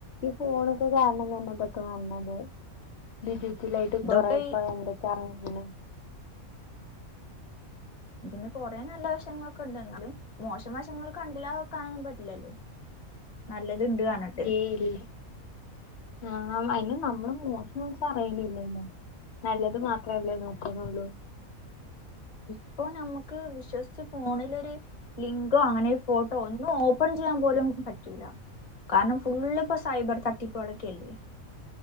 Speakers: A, on the left; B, on the left.
A: ഈ ഫോണൊക്കെ കാരണം തന്നെ ഇന്തൊക്കെ വന്നത്. ഡിജിറ്റിലായിട്ട്
B: ഇതൊക്കെ
A: കൊറേ ഇപ്പം എന്തൊക്കെയാ ഇറങ്ങിക്കണേ.
B: ഇതിന് കൊറെേ നല്ല വശങ്ങളൊക്കെ ഉണ്ട് എന്നാലും മോശം വശങ്ങൾ കണ്ടില്ലാ വെക്കാനൊന്നും പറ്റില്ലല്ലോ. നല്ലത് ഉണ്ട് കാണണം.
A: ലേഡിയെ.
B: ഉ <unintelligible>
A: ആഹ് അതിന് നമ്മള് മോശം വശം അറിയുന്നില്ലല്ലോ. നല്ലത് മാത്രമല്ലേ നോക്കുന്നുള്ളൂ.
B: ഇപ്പൊ നമുക്ക് വിശ്വസിച്ച് ഫോണിലൊരു. ലിങ്കോ അങ്ങനെ ഫോട്ടോ ഒന്നു ഓപ്പൺ ചെയ്യാൻ പോലും പറ്റൂല കാരണം ഫുള്ള് ഇപ്പൊ സൈബർ തട്ടിപ്പ്കളോക്കെല്ലേ